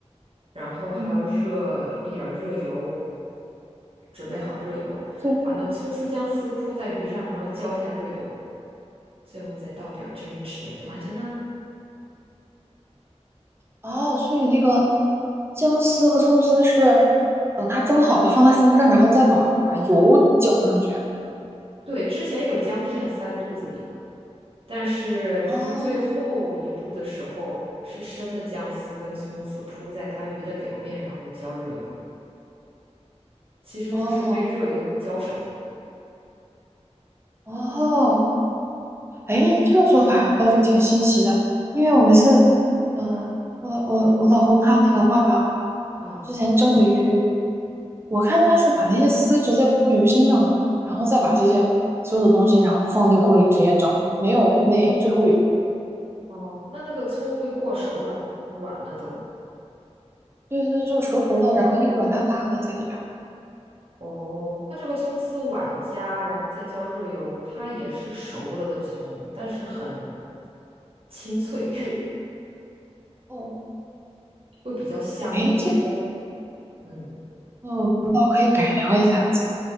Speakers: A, on the right; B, on the right.
A: 然后还要热一点儿热油，
B: 嗯，
A: 准备好热油，
B: 所以
A: 把那葱丝、姜丝铺在鱼上，然后浇一下热油，最后再倒点儿蒸鱼豉油就完成啦。
B: 哦，所以那个姜丝和葱丝是等它蒸好了放到身上，然后再往把油浇上去啊
A: 对，之前有姜片塞肚子里嘛，但是就是最后一步的时候，
B: 哦
A: 是生的姜丝跟葱丝铺在它鱼的表面，然后浇热油，其实就是被热油浇熟的
B: 哦哦，哎，这个做法倒是挺新奇的，因为我们是，嗯呃，我老我我老公他那个爸爸
A: 啊。
B: 之前蒸的鱼，我看他是把那些丝直接铺鱼身上了，然后再把这些所有的东西，然后放进锅里直接蒸，没有那最后一步，
A: 哦，那那个葱会过熟了，软了都。
B: 对对，就是熟熟的，然后一软塌塌的在里边儿。
A: 哦，它这个葱丝碗加，然后再浇热油，它也是熟了的葱，但是很清脆，
B: 对哦，
A: <laughs> 会比较香一点。
B: 哎，这
A: 嗯，
B: 个，哦可以改良一下子，